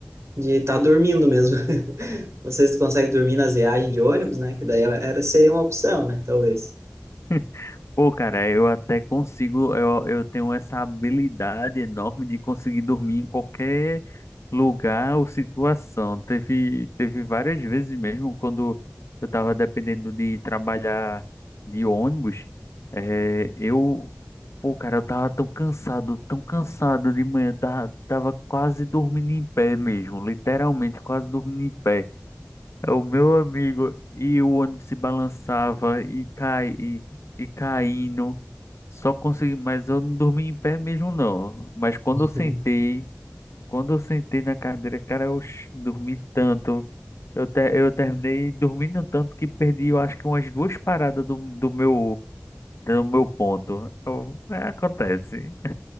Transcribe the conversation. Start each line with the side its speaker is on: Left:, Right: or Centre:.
Right: De estar dormindo mesmo. <laughs> Não sei se tu consegue dormir nas viagens de ônibus, né? Que daí é, era seria uma opção, né? Talvez.
Left: <laughs> Pô, cara, eu até consigo, eu, eu tenho essa habilidade enorme de conseguir dormir em qualquer lugar ou situação. Teve, teve várias vezes mesmo quando eu tava dependendo de trabalhar de ônibus, eh, eu, pô, cara, eu tava tão cansado, tão cansado de manhã, tava, tava quase dormindo em pé mesmo, literalmente quase dormindo em pé. É o meu amigo e o ônibus se balançava e cai e, e caindo. Só consegui, mas eu não dormi em pé mesmo não. Mas quando
Right: <laughs>
Left: eu sentei, quando eu sentei na cadeira, cara, eu ch- dormi tanto. Eu, ter, eu terminei dormindo tanto que perdi, eu acho que umas duas paradas do, do meu do meu ponto. Eu- é, acontece.